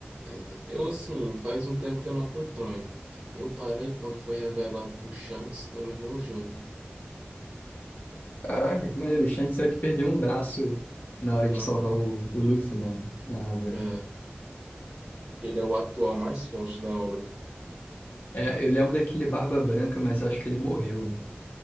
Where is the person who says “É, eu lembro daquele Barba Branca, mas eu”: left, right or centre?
Left